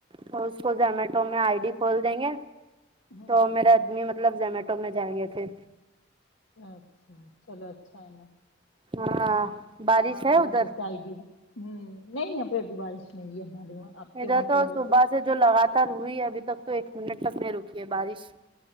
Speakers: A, on the right; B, on the left.
A: تو اس کو زومیٹو میں آئی ڈی کھول دیں گے
B: ہاں
A: تو میرے آدمی مطلب زومیٹو میں جائیں گے پھر
B: اچھا چلو اچھا ہے نا
A: ہاں بارش
B: ہاں
A: ہے
B: مطلب
A: ادھر
B: جیسے آئی بھی ہمم نہیں یہاں پہ ابھی بارش نہیں ہے ہمارے وہاں آپ کے
A: ادھر
B: وہاں
A: تو
B: پہ ہے
A: صبح سے جو لگاتار ہوئی ہے ابھی تک تو ایک منٹ تک نہیں رکی ہے بارش